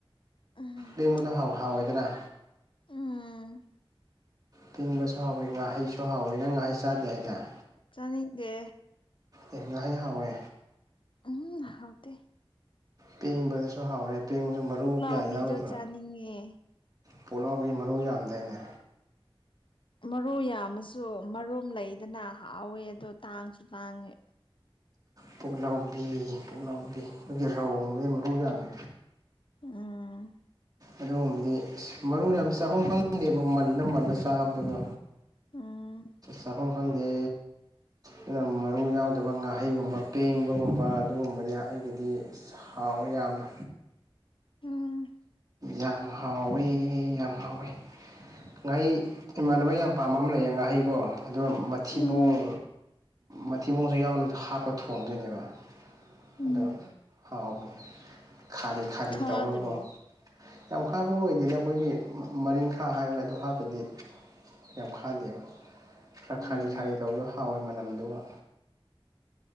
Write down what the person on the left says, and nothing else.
ꯎꯝ
ꯎꯝ
ꯆꯥꯅꯤꯡꯗꯦ꯫
ꯎꯝ ꯍꯥꯎꯇꯦ꯫
ꯄꯨꯛꯂꯥꯎꯕꯤꯗꯣ
ꯆꯥꯅꯤꯡꯉꯦ
ꯃꯔꯨ ꯌꯥꯝꯃꯁꯨ ꯃꯔꯨꯝ ꯂꯩꯗꯅ ꯍꯥꯎꯋꯦ ꯑꯗꯣ ꯇꯥꯡꯁꯨ ꯇꯥꯡꯉꯦ꯫
ꯎꯝ
ꯎꯝ
ꯎꯝ
ꯎꯝ
ꯎꯝ
ꯈꯥꯗ꯭ꯔꯣ
ꯎꯝ